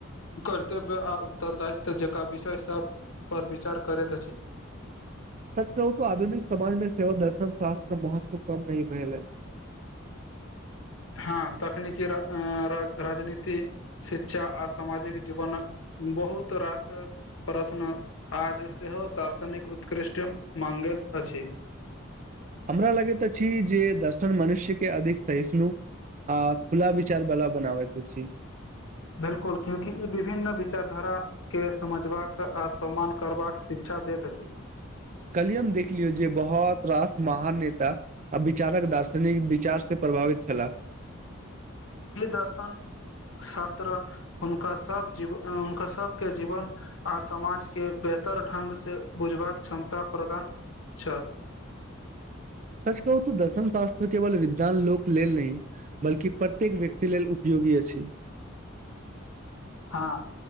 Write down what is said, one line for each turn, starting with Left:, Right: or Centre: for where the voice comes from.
Left: कर्तव्य आ उत्तरदायित्व जेकरा विषय सभ पर विचार करैत अछि
Right: सच कहू तऽ आधुनिक समाज में सेवा दर्शन शास्त्र महत्व कम नी भेललै
Left: हँ तकनीकी राज राजनीति शिक्षा आ सामाजिक जीवनक बहुत रास प्रश्न आज सेहो दार्शनिक उत्कृष्ट माँगैत अछि
Right: हमरा लगैत छी जे दर्शन मनुष्य के अधिक सहिष्णु ह खुला विचार बला बनाबैत रह छी
Left: बिलकुल क्यंकि ई विभिन्न विचारधारा के समझबाक आ सम्मान करबाक शिक्षा दैत अछि
Right: कलियम देख लियौ जे बहुत रास महान नेता आ विचारक दार्शनिक विचार से प्रभावित छलाह
Left: ई दर्शन शास्त्र हुनका सब जीवन हुनका सबके जीवन आ समाज के बेहतर ढ्ंग से बुझबाक क्षमता प्रदान छल
Right: सच कहू त दर्शनशास्त्र केवल विद्वान लोक लेल नहि बलकि प्रत्येक व्यक्ति लेल उपयोगी अछि
Left: हँ